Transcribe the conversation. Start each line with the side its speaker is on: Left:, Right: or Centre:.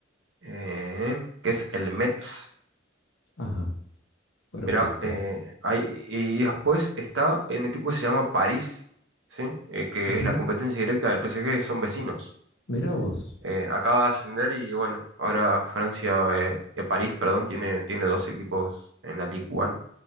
Right: eh, que es el Metz.
Left: ajá, perfecto.
Right: mira eh, y después está un equipo que se llama París, ¿sí? Eh, que
Left: Ujú.
Right: es la competencia directa del PSG, son vecinos.
Left: Mirá vos,
Right: eh, acaba de ascender y bueno, ahora Francia, eh, eh, París, perdón, tiene, tiene dos equipos en la Ligue 1.